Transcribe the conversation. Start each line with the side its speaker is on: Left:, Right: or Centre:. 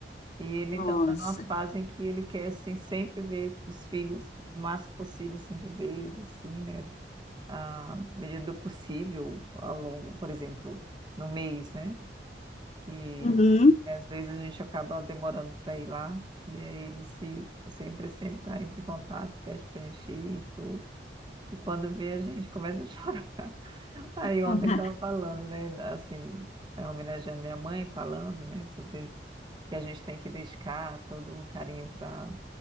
Right: E ele
Left: Nossa.
Right: então está numa fase em que ele quer assim sempre ver os filhos o máximo possível assim de vez, assim, né? À medida do possível ao longo, por exemplo, no mês, né? que
Left: Uhum.
Right: às vezes a gente acaba demorando para ir lá, e aí ele se, sempre, sempre tá, entra em contato, pede para a gente ir e tudo. E quando vê, a gente começa a <laughs> chorar. Aí
Left: <laughs>
Right: ontem ele estava falando, né, assim, é, homenageando minha mãe, falando, né, sobre que a gente tem que dedicar todo um carinho para